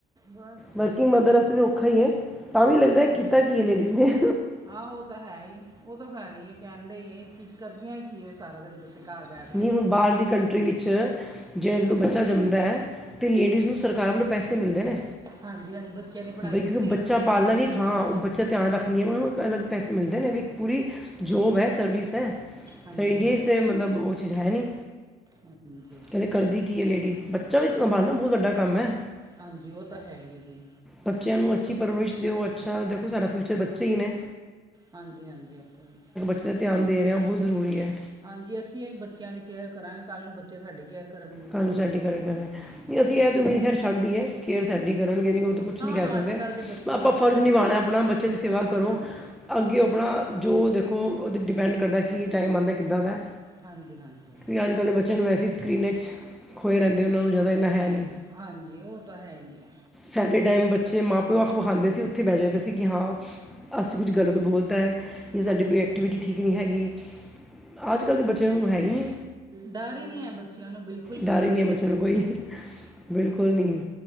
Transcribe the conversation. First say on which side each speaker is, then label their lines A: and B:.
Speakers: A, on the right; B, in the centre.
A: ਬਸ ਜੀ
B: ਵਰਕਿੰਗ
A: ਵਧੀਆ
B: ਮਦਰ ਵਾਸਤੇ ਵੀ ਔਖਾ ਈ ਏ ਤਾਂ ਵੀ ਲੱਗਦਾ ਕੀਤਾ ਕੀ ਏ ਲੇਡੀਜ਼ ਨੇ
A: ਆਹ ਓ ਤਾਂ ਹੈ ਈ ਓ ਤਾਂ ਹੈ ਈ ਏ ਕੈੰਦੇ ਈ ਏ ਕੀ ਕਰਦੀਆਂ ਕੀ ਏ ਸਾਰਾ ਦਿਨ ਤੁਸੀਂ ਕੱਰ ਬੈਠ ਕੇ
B: ਨਈ ਹੁਣ ਬਾਰ ਦੀ ਕੰਟਰੀ ਵਿੱਚ ਜੇੜਾ ਜਦੋਂ ਬੱਚਾ ਜੰਮਦਾ ਤੇ ਲੇਡੀਜ਼ ਨੂੰ ਸਰਕਾਰ ਵੱਲੋਂ ਪੈਸੇ ਮਿਲਦੇ ਨੇ।
A: ਹਾਂਜੀ-ਹਾਂਜੀ ਬੱਚਿਆਂ ਦੀ ਪੜ੍ਹਾਈ
B: ਬਈ ਕਿਉਂਕਿ
A: ਵੀ ਫ੍ਰੀ
B: ਬੱਚਾ
A: ਹੁੰਦੀ ਓਥੇ
B: ਪਾਲਣਾ
A: ਤਾਂ ਬਿਲਕੁਲ
B: ਇੱਕ ਹਾਂ
A: ਵੀ
B: ਉਹ ਬੱਚਾ ਧਿਆਨ ਰੱਖਦੀ ਐ ਓਨਾਂ ਨੂੰ ਅਲੱਗ ਪੈਸੇ ਮਿਲਦੇ ਨੇ ਵੀ ਪੂਰੀ ਜੋਬ ਐ ਸਰਵਿਸ ਐ।
A: ਹਾਂਜੀ
B: ਇੰਡੀਆ
A: ਹਾਂ
B: ਚ ਤੇ ਮਤਲਬ ਓ ਚੀ ਹੈ ਨੀ
A: ਹਾਂਜੀ
B: ਕੈੰਦੇ ਕਰਦੀ ਕੀ ਏ ਲੇਡੀ ਬੱਚਾ ਵੀ ਸੰਭਾਲਨਾ ਬੋਤ ਵੱਡਾ ਕੰਮ ਹੈ
A: ਹਾਂਜੀ ਓ ਤਾਂ ਹੈ ਈ ਏ ਜੀ।
B: ਬੱਚਿਆਂ ਨੂੰ ਅੱਛੀ ਪਰਵਰਿਸ਼ ਦਿਓ ਅੱਛਾ ਦੇਖੋ ਸਾਡਾ ਫਿ਼ਊਚਰ ਬੱਚੇ ਈ ਨੇ
A: ਹਾਂਜੀ-ਹਾਂਜੀ ਓਦਾ ਈ
B: ਬਚੇ ਤੇ ਧਿਆਨ ਦੇ ਰੇਆ ਬੋਤ ਜ਼ਰੂਰੀ ਐ।
A: ਹਾਂਜੀ ਅਸੀਂ ਓ ਈ ਬੱਚਿਆਂ ਦੀ ਕੇਅਰ ਕਰਾਂਗੇ ਕੱਲ ਨੂੰ ਬੱਚੇ ਸਾਡੀ ਕੇਅਰ ਕਰਨਗੇ
B: ਕੱਲ੍ਹ ਨੂੰ ਸਾਡੀ ਕੇਅਰ ਕਰਨ
A: ਹਾਂਜੀ
B: ਨਈ
A: ਉਹ
B: ਅਸੀਂ ਐ
A: ਹੈ
B: ਤਾਂ
A: ਹੀ।
B: ਉਮੀਦ ਖੈਰ ਛੱਡ ਦੀ ਏ ਕੇਅਰ ਸਾਡੀ ਕਰਨਗੇ ਨੀ ਓ ਤੇ ਕੁਛ
A: ਹਾਂ
B: ਨੀ ਕੈ ਸਕਦੇ
A: ਅੱਜ ਕੱਲ ਦੇ ਬੱਚੇ
B: ਆਪਾਂ
A: ਬਸ
B: ਫਰਜ਼ ਨਿਭਾਣਾ ਆਪਣਾ ਬੱਚਿਆਂ ਦੀ ਸੇਵਾ
A: ਹਾਂਜੀ
B: ਕਰੋ।
A: ਹਾਂਜੀ
B: ਅੱਗੇ ਆਪਣਾ ਜੋ ਦੇਖੋ ਓਦੇ ਡਿਪੈਂਡ ਕਰਦਾ ਕੀ ਟਾਈਮ ਆਂਦਾ ਕਿੱਦਾਂ ਦਾ ਐ।
A: ਹਾਂਜੀ-ਹਾਂਜੀ।
B: ਕਿ ਅੱਜ-ਕੱਲ ਦੇ ਬੱਚਿਆਂ ਨੂੰ ਵੈਸੇ ਸਕਰੀਨ ਚ ਖੋਏ ਰੈੰਦੇ ਓਨਾਂ ਨੂੰ ਜਾਦਾ ਏਨਾ ਹੈ ਨੀ।
A: ਹਾਂਜੀ ਉਹ ਤਾਂ ਹੈ ਈ ਐ।
B: ਸਾਡੇ ਟਾਈਮ ਬੱਚੇ ਮਾਂ-ਪਿਓ ਅੱਖ ਵਿਖਾਂਦੇ ਸੀ ਓੱਥੇ ਬੈ ਜਾਇਦਾ ਸੀ ਕਿ ਹਾਂ ਅਸੀ ਕੁਝ ਗ਼ਲਤ ਬੋਲਤਾ ਕੀ ਸਾਡੀ
A: ਹਾਂਜੀ
B: ਕੋਈ ਐਕਟੀਵਿਟੀ ਠੀਕ ਨੀ ਹੈਗੀ ਅੱਜ ਕੱਲ ਦੇ ਬੱਚਿਆਂ ਨੂੰ ਹੇ ਈ ਨੀ।
A: ਡਾਰ ਈ ਨੀ ਹੈ ਬੱਚਿਆਂ ਨੂੰ ਬਿਲ
B: ਡਾਰ ਹੀ ਨੀ ਹੈ ਬੱਚਿਆਂ ਨੂੰ ਕੋਈ ਬਿਲਕੁਲ ਨੀ ਐ।